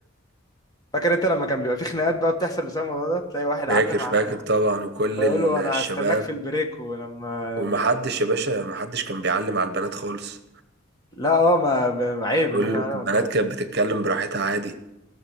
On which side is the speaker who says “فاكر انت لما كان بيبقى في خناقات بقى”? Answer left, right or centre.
Left